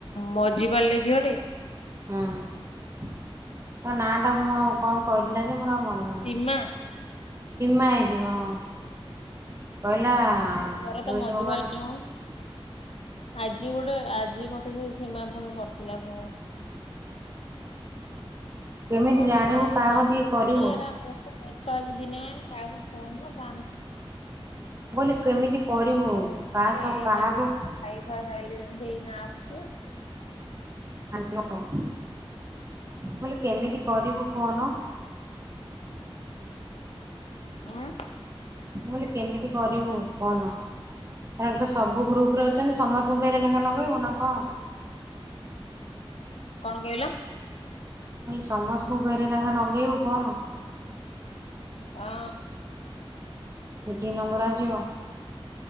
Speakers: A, on the left (about 80°); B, on the right (about 30°).
A: ମଝି ପାରିଲେ। ଝିଅଟେ
B: ହୁଁ ତା ନା ଟା ମୁଁ କଣ କହିଥିଲା? ଜେ ମୋର ଆଉ ମାନେ
A: ସୀମା
B: ନାହିଁ। ସୀମା ହେଇଥିବ ହଁ। ହେଲା
A: ତମ ଘର ତ
B: ଯୋଉ
A: ମଝିପାଲନ
B: ଯୋଉ ମାନେ।
A: ଆଜି ଗୋଟେ ଆଜି ମତେ ସେ ସୀମା ପୁଣି କରିଥିଲା ପୁଣି।
B: କେମିତି
A: କରିଥିଲା
B: ଜାଣିବୁ
A: ଏଇ
B: କାହା
A: କଲ
B: କତିକି କରିବୁ
A: ଯେ ମୁଁ ତ ମେସେଜ ତ ଆଜି ଦିନ ମାନ କାହାକୁ ଫୋନ ନା ଫାନ।
B: କ କେମିତି କରିବୁ
A: ଖାଇ
B: କାହା ସହ
A: ଏଇନା
B: କାହାକୁ?
A: ଖାଇ ଖୁଆ ସାଇଲେ ଏଇନା ଆସୁଛି।
B: ନଅ <inaudible> ମୁଁ କହିଲି କେମିତି କରିବୁ ଫୋନ?
A: <inaudible> ଉଁ।
B: ମୁ କହିଲି କେମିତି କରିବୁ ଫୋନ, ଏ ତ ସବୁ ଗ୍ରୁପରେ ଅଛନ୍ତି, ସମସ୍ତଙ୍କୁ ଭେରାଏ ଲେଖାଏ ଲଗେଇବୁ ନା କଣ?
A: କଣ କହିଲ?
B: କଲେ ସମସ୍ତଙ୍କୁ ଭେରାଏ ଲେଖା ଲଗେଇବୁ ଫୋନ। <inaudible>
A: ହଁ।
B: ଯେତିକି ନମ୍ବର ଆସିବ।